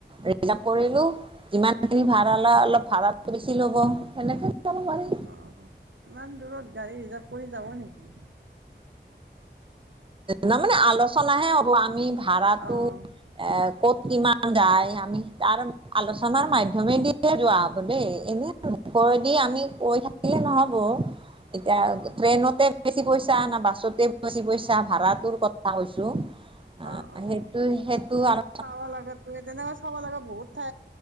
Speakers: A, on the right; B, on the right.
A: ৰিজাৰ্ভ কৰিলোঁ, যিমান খিনি ভাড়া লয়, অলপ ভাড়া বেছি ল'ব সেনেকে। যাব পাৰি।
B: অ' ইমান দূৰত গাড়ী ৰিজাৰ্ভ কৰি যাব নেকি?
A: তাৰ মানে আলোচনাহে হ'ব আমি ভাড়াটো
B: অঁ
A: এ ক'ত কিমান যায়, আমি তাৰ আলোচনাৰ মাধ্যমেৰে দিয়ে যোৱা অ'ক দেই এনে ওপৰেদি দি আমি কৈ থাকিলে নহ'ব, এতিয়া
B: অঁ অঁ
A: ট্ৰেইনতে বেছি পইচা। <unintelligible> না বাছতে বেছি পইচা, ভাড়াটোৰ কথা কৈছো। অ'
B: অঁ অঁ
A: সেইটো সেইটো আৰু।
B: চাব লাগাটো, এ তেনেকৈ চাব লগা বহুত থাকে।